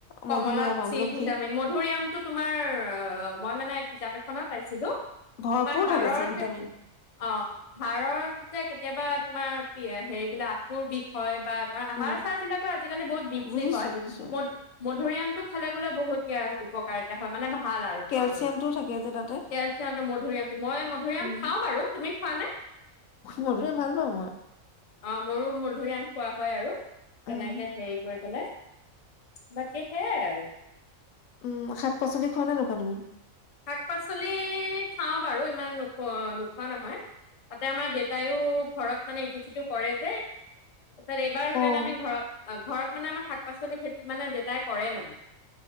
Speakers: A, on the left (about 35°); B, on the left (about 80°).
A: কমলাত
B: মধুৰিআম আমলখি
A: চি ভিটামিন মধুৰী আমটো তোমাৰ অ মই মানে কিতাপ এখনত পাইছিলো
B: ভৰপূৰ
A: তোমাৰ হাড়ৰ
B: থাকে চি ভিটামিন
A: যে অ হাড়ৰ যে কেতিয়াবা, তোমাৰ হেৰিবিলাক আঠুৰ বিষয় বা, কাৰ আহাৰ
B: উম
A: চাৰ বিলাকৰ আজিকালি বহুত বিষ
B: বুজিছো
A: চিস হয়
B: বুজিছো
A: ম মধুৰিআমটো, খালে বোলে বহুত ইয়াৰ উপকাৰ হয় মানে ভাল আৰু খোৱাটো
B: কেলচিয়ামটোও থাকে যে তাতে
A: কেলচিয়াম টো মধুৰিআমটো মই মধুৰিআম
B: উম
A: খাওঁ বাৰু তুমি খোৱা নে
B: মধুৰিআম ভাল পাওঁ মই
A: অ মোৰো মধুৰিআম খোৱা হয় আৰু তেনেকে
B: উম
A: হেৰি কৰি পেলাই বাকী সেইয়াই আৰু
B: উম শাক পাচলি, খোৱা নে নোখোৱা তুমি?
A: শাক পাচলি খাওঁ বাৰু ইমান নোখো নোখোৱা নহয়, তাতে আমাৰ দেতাইও ঘৰত মানে ইটো সিটো কৰে যে তাৰপি এইবাৰ সেইকাৰণে
B: অ
A: আমি ঘৰত ঘৰত মানে আমাৰ শাক পাচলি খেতি মানে দেতাই কৰে মানে।